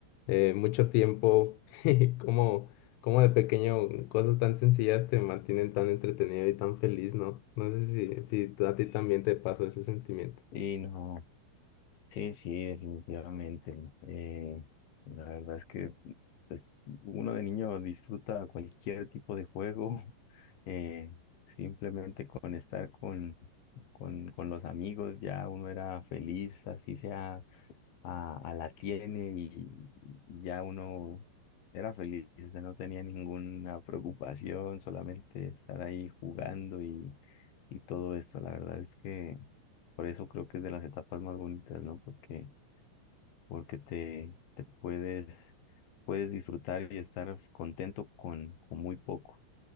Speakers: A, on the left; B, on the left.
A: eh, mucho tiempo, <laughs> y como, como de pequeño, cosas tan sencillas te mantienen tan entretenido y tan feliz, ¿no? No sé si, si a ti también te pasó ese sentimiento.
B: Y no, sí, sí, definitivamente. ¿no? eh, la verdad es que pues, uno de niño disfruta cualquier tipo de juego, <laughs> eh, simplemente con estar con, con, con los amigos, ya uno era feliz, así sea a, a la tiene y, y ya uno era feliz, o sea, no tenía ninguna preocupación, solamente estar ahí jugando y, y todo esto. La verdad es que por eso creo que es de las etapas más bonitas, ¿no? Porque, porque te, te puedes, puedes disfrutar y estar contento con, con muy poco.